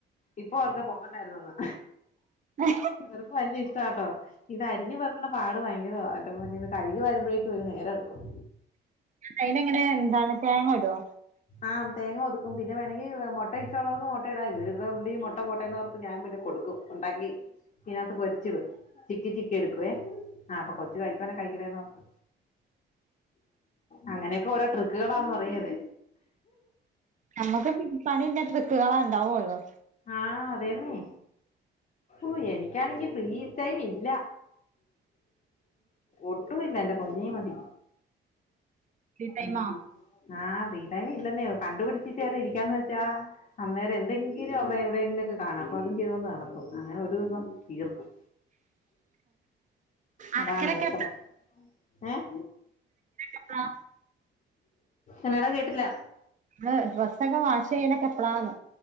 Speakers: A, on the left; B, on the right.
A: ഇപ്പൊ ഓർക്ക പൊങ്ങുണ്ടായിരുന്നന്ന്
B: ഉം
A: ഇവർക്ക് വലിയ ഇഷ്ടാട്ടോ ഇത് അരിഞ്ഞു പേർക്കണ പാട് ഭയങ്കര ആ പിന്നെ ഇത് കഴുകി വരുമ്പോഴേും ഒരു നേരെം എടുക്കും
B: അയിന എങ്ങനെ എന്താണ് തേങ്ങടുോ
A: ആഹ് തേങ്ങ ഒതുക്കും പിന്നെ വേണെങ്കി മൊട്ട ഇഷ്ടമുള്ളവർക്ക് മൊട്ട ഇടായി വീരുടെ ഉള്ളിും മൊട്ട പട്ടയുന്നവർക്ക് ഞൻ പിന്നെ കൊടുക്കും ഉണ്ടാക്കി ഇതിനത്ത് പൊരിച്ചിടും ചിക്കി ചിക്കി എടുക്കുവേ ആഹ് അപ്പ കൊച്ചു കഴിക്കോണേ കഴിക്കട്ടെന്നോർത്ത് അങ്ങനെയൊക്കെ ഓരോ ട്രിക്കുകളാന്ന് പറയത്
B: നമ്മുക്ക് പണി ഇല്ലെ ഡ്രിക്കുകളാ ണ്ടാവുള്ളോ
A: ആഹ് അതെന്നെ ഹോ എനിക്കാണെങ്കി പ്രീ ടൈം ഇല്ല ഒട്ടുംല്ല എന്റെ പൊന്നേ മതി
B: ഫ്രീ ടൈമാ
A: മ്മ് മ്മ് ആഹ് ഫ്രീ ടൈം ഇതെന്നെയോ കണ്ടുപിടിച്ചിട്ടെറി ഇരിക്കാന്ന്ച്ചാ അന്നേരെ എന്തെങ്കി തീര അവിടെ എവിടെങ്കിലൊക്കെ കാണാം അപ്പൊ അതും ചെയ്ത കൊണ്ട് നടക്കും അങ്ങനെ ഒരു വിധം തീർക്കും അതാണവിടത്ത
B: അലക്കലൊക്കെ
A: പ ഏഹ്
B: എപ്പഴാ
A: എന്നടാ കേട്ടില്ല
B: ന്ന് ഡ്രസ്സൊക്കെ വാശ് ചെയനക്ക എപ്പളാന്ന്